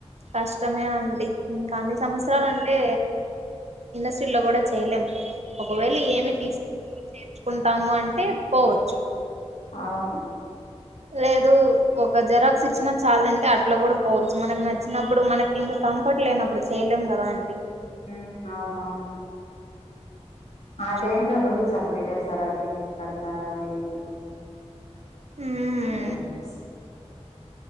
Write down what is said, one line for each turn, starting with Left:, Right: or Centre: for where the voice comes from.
Right: కష్టమే అండి ఇంకా అన్ని సంవత్సరాలు అంటే ఇండస్ట్రీలో కూడా చేయలేం ఒకవేళ ఏమి తీస్ <inaudible> చ్చుకుంటాము అంటే పోవచ్చు
Left: అవును
Right: లేదు ఒక జరాక్స్ ఇచ్చినా చాలంటే అట్లా కూడా పోవచ్చు. మనకు నచ్చినప్పుడు మనకి ఇంకా. కంఫర్ట్ లేనప్పుడు చేయలేం కదా అంటీ
Left: వు అవునవునుమ్మా అదేందో
Right: చే
Left: రూల్స్ అట్లా పెట్టేస్తారు అగ్రిమెంట్లంట అది. <unintelligible>
Right: మ్మ్
Left: అ